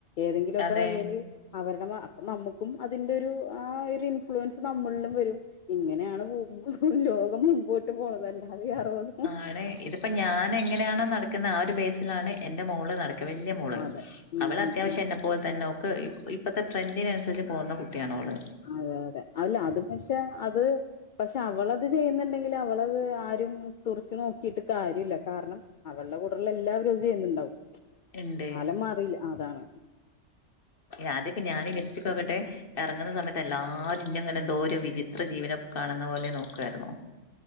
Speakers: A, on the left; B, on the left.
A: ഏതെങ്കിലു ഒക്കെ
B: അതെ
A: വകേല് അവരുടെ മ നമ്മുക്കും അതിന്റെ ഒരു ആ ഒര് ഇൻഫ്ലുവൻസ് നമ്മളിലും വരും ഇങ്ങനെ ആണ് <unintelligible> ലോകം മുമ്പോട്ട് പോണത് അല്ലാതെ ഈ അറുപത്
B: ആണ് ഇത് ഇപ്പം ഞാനെങ്ങനാണോ നടക്‌ ക്ക്‌ന്ന ആ ഒരുബേസിലാണ് എന്റെ മോള് നടക്ക വല്യമോള്
A: അതെ ഉം
B: അവള
A: ഉം
B: ത്യാവശ്യം
A: ഉം
B: എന്നെ പോ പോലെ തന്നെ ഓക്ക് ഇ ഇപ്പത്തെ ട്രെൻഡിന നുസരിച്ച് പോകുന്ന കുട്ടിയാണോള്
A: അതെ യതെ അല്ല അത് പക്ഷെ അത് പക്ഷെ അവളത്ചെയ്യുന്നുണ്ടെങ്കില വളത് ആരും തുറിച്ച് നോക്കിട്ട് കാര്യല്ല കാരണം അവൾടെകൂടെള്ള എല്ലാരും അത് ചെയ്യുന്നുണ്ടാവും.
B: ഇണ്ട്
A: കാലം മാറിയിലേ അതാണത്
B: ആദ്യമൊക്കെ ഞാന് ലിപ്സ്റ്റിക്കൊക്കെട്ട് ഇറങ്ങുന്ന സമയത്ത് എല്ലാരും ഇന്നെ ഇങ്ങനെ എന്തോര് വിചിത്ര ജീവിനെ കാണുന്ന പോലെ നോക്കാരുന്നു